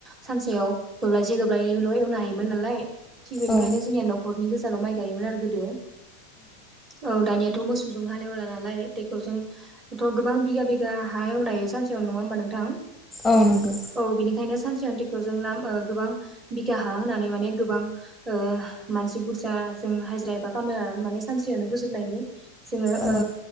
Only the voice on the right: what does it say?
सानसेयाव दब्लायसे दब्लायनैल' एवनो हायोमोन नालाय थिग बेनिखायनो
जोंनिया नखरनि गोजानाव माइ गायोमोन आरो गोदो औ दानिया थ' मोसौजों हाल एवला नालाय ट्रेक्टरजों थ' गोबां बिगा बिगा हा एवनाय हायो सानसेयावनो नङा ओमबा नोंथां?
औ बिनिखायनो सानसेयावनो ट्रेक्टरजों नाम गोबां बिगा हा होनानै माने गोबां ओ मानसि बुरजा जों हाजिरा एबा खामाला लानानै माने सानसेयावनो फोजोबनायनि जोङो
ओ